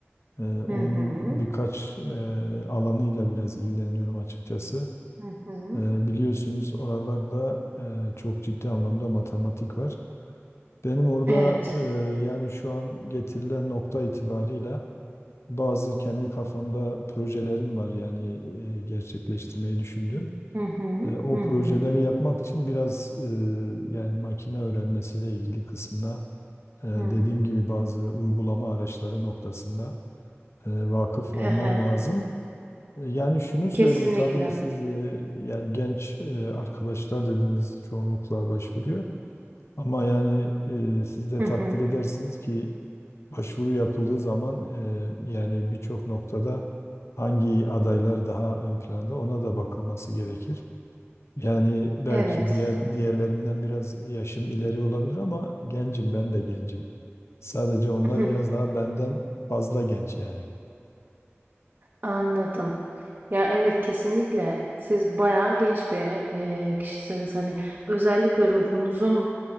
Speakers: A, on the left; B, on the right.
A: e, onun
B: Hı hı,
A: birkaç e, alanıyla biraz ilgileniyorum açıkçası.
B: hı hı.
A: E, Biliyorsunuz oralarda e, çok ciddi anlamda matematik var. Benim orada
B: Evet.
A: e, yani şu an getirilen nokta itibariyle bazı kendi kafamda projelerim var yani e, gerçekleştirmeyi düşündüğüm.
B: Hı hı,
A: E, o
B: hı
A: projeleri
B: hı.
A: yapmak için biraz e, yani makine öğrenmesiyle ilgili kısmına e, dediğim
B: Hı.
A: gibi bazı uygulama araçları noktasında e, vakıf olmam
B: Hı hı.
A: lazım. E, Yani şunu söyleyeyim
B: Kesinlikle.
A: tabii siz e, yani genç e, arkadaşlar dediniz çoğunlukla başvuruyor. Ama yani e, siz de
B: Hı
A: takdir
B: hı.
A: edersiniz ki başvuru yapıldığı zaman e, yani birçok noktada hangi adaylar daha ön planda ona da bakılması gerekir. Yani belki
B: Evet.
A: diğer diğerlerinden biraz yaşım ileri olabilir ama gencim ben de gencim. Sadece onlar
B: Hı hı.
A: biraz daha benden fazla genç yani.
B: Anladım. Ya evet kesinlikle siz bayağı genç bir e, kişisiniz. Hani özellikle ruhunuzun